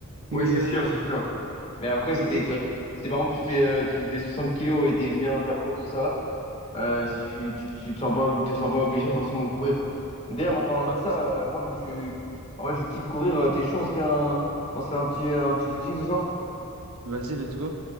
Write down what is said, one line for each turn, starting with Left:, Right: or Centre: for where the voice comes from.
Right: Mais,
Left: Oui, c'est
Right: euh,
Left: sûr, c'est sûr. Mais après, c'était
Right: et- et-
Left: que.
Right: et-
Left: Si par exemple, tu fais, euh, tu fais 60 kilos et t'es bien dans ta peau, tout ça. Euh, si tu, tu, tu te sens pas, te sens pas obligé forcément de courir. Mais d'ailleurs, en parlant
Right: Ah
Left: de
Right: ouais,
Left: ça,
Right: c'est
Left: euh,
Right: ça.
Left: moi, comme je suis. En vrai, je kiffe courir. euh, T'es chaud, on se fait un, on se fait un petit, euh, un petit footing ce soir?
Right: Vas-y, let's go.